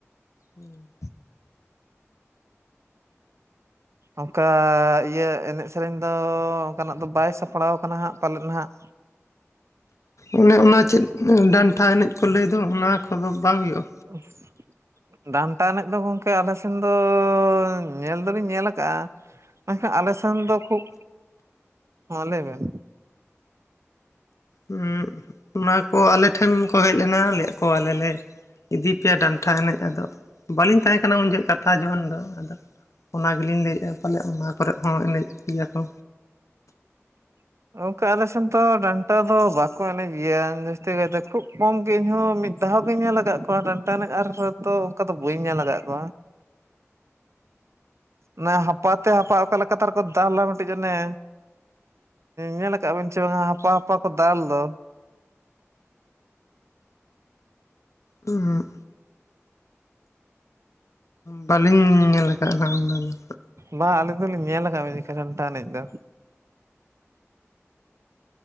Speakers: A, on the left; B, on the right.
A: ᱦᱩᱸ
B: ᱚᱱᱠᱟ ᱤᱭᱟᱹ ᱮᱱᱮᱡᱽ ᱥᱮᱨᱮᱧ ᱫᱚ ᱚᱱᱠᱟᱱᱟᱜ ᱫᱚ ᱵᱟᱭ ᱥᱟᱯᱲᱟᱣ ᱠᱟᱱᱟ ᱦᱟᱸᱜ ᱯᱟᱞᱮᱫ ᱱᱟᱦᱟᱸᱜ
A: ᱚᱱᱮ ᱚᱱᱟ ᱪᱮᱫ ᱰᱟᱱᱴᱷᱟ ᱮᱱᱮᱡᱽ ᱠᱚ ᱞᱟᱹᱭ ᱫᱚ ᱚᱱᱟ ᱠᱚᱫᱚ ᱵᱟᱝ ᱦᱩᱭᱩᱜᱼᱟ?
B: <inaudible> ᱰᱟᱱᱴᱟ ᱮᱱᱮᱡᱽ ᱫᱚ ᱜᱚᱝᱠᱮ ᱟᱞᱮ ᱥᱮᱱ ᱫᱚ ᱧᱮᱞ ᱫᱚᱞᱤᱧ ᱧᱮᱞ ᱟᱠᱟᱜᱼᱟ᱾ ᱢᱮᱱᱠᱷᱟᱱ ᱟᱞᱮ ᱥᱮᱱ ᱫᱚ ᱠᱷᱩᱵ ᱦᱚᱸ ᱞᱟᱹᱭ ᱵᱮᱱ
A: ᱚᱸᱢ ᱚᱱᱟ ᱠᱚ ᱟᱞᱮ ᱴᱷᱮᱱ ᱠᱚ ᱦᱮᱡᱽ ᱞᱮᱱᱟ ᱞᱮᱭᱟᱫ ᱠᱚᱣᱟ ᱞᱮ ᱟᱞᱮ ᱞᱮ ᱤᱫᱤ ᱯᱮᱭᱟ ᱰᱟᱱᱴᱟ ᱮᱱᱮᱡᱽ ᱟᱫᱚ ᱵᱟᱹᱞᱤᱧ ᱛᱟᱦᱮᱸ ᱠᱟᱱᱟ ᱩᱱ ᱡᱚᱦᱚᱜ ᱠᱟᱛᱷᱟ ᱡᱚᱠᱷᱚᱱ ᱫᱚ ᱟᱫᱚ ᱚᱱᱟ ᱜᱮᱞᱤᱧ ᱞᱟᱹᱭᱮᱫᱼᱟ ᱯᱚᱞᱮᱫ ᱚᱱᱟ ᱠᱚᱨᱮ ᱦᱚᱸ ᱮᱱᱮᱡᱽ ᱜᱮᱭᱟ ᱠᱚ
B: ᱜᱚᱝᱠᱮ ᱟᱞᱮᱥᱮᱱ ᱫᱚ ᱰᱟᱱᱴᱟ ᱫᱚ ᱵᱟᱠᱚ ᱮᱱᱮᱡᱽ ᱜᱮᱭᱟ ᱡᱟᱹᱥᱛᱤ ᱠᱟᱭᱛᱮ ᱠᱷᱩᱵ ᱠᱚᱢ ᱜᱮ ᱤᱧᱦᱚᱸ ᱫᱷᱚᱣ ᱜᱤᱧ ᱧᱮᱞ ᱟᱠᱟᱫ ᱠᱚᱣᱟ ᱰᱟᱱᱴᱟ ᱮᱱᱮᱡᱽ ᱟᱨ ᱦᱚᱭ ᱛᱚ ᱚᱱᱠᱟ ᱫᱚ ᱵᱟᱹᱧ ᱧᱮᱞ ᱟᱠᱟᱫ ᱠᱚᱣᱟ᱾ ᱚᱱᱮ ᱦᱟᱯᱟ ᱛᱮ ᱦᱟᱯᱟ ᱚᱠᱟ ᱞᱮᱠᱟ ᱛᱮ ᱟᱨ ᱠᱚ ᱫᱟᱞᱟ ᱢᱤᱫᱴᱤᱡ ᱚᱱᱮ ᱧᱮᱞ ᱟᱠᱟᱫ ᱵᱤᱱ ᱥᱮ ᱵᱟᱝ ᱦᱟᱯᱟᱼ ᱦᱟᱯᱟ ᱠᱚ ᱫᱟᱞ ᱫᱚ
A: ᱦᱩᱸ ᱩᱸ ᱵᱟᱹᱞᱤᱧ ᱧᱮᱞ ᱟᱠᱟᱼᱟᱜ ᱩᱱᱟᱹᱜ ᱫᱚ ᱦᱟᱸᱜ
B: ᱵᱟ ᱟᱹᱞᱤᱧ ᱫᱚ ᱞᱤᱧ ᱧᱮᱞ ᱟᱠᱟᱫ ᱢᱤᱫ ᱡᱚᱠᱷᱮᱡᱽ ᱰᱟᱱᱴᱟ ᱮᱱᱮᱡ ᱫᱚ